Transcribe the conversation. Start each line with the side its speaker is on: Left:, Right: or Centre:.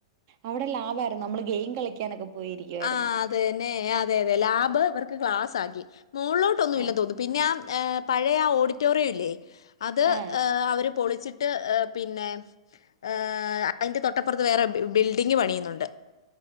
Right: അവിടെ ലാബായിര്ന്നു നമ്മള് ഗെയിം കളിക്കാനൊക്കെ പോയിരിക്കുവായിരുന്നു
Left: ആഹ് അതെന്നെ അതെന്നെ ലാബ് ഇവർക്ക് ക്ലാസ്സ്‌ ആക്കി മോളിലോട്ടൊന്നും
Right: ആ
Left: ഇല്ല തോന്നും പിന്നെ ആഹ് പഴേ ഓഡിറ്റോറിയ്വല്ലേ അത്
Right: ആ
Left: അവര് പൊളി ച്ചിട്ട് പിന്നെ ഹ് അയ്ന്റെ തൊട്ടപ്പറത്ത് വേറെ ബിൽഡിങ് പണിയുന്നുണ്ട്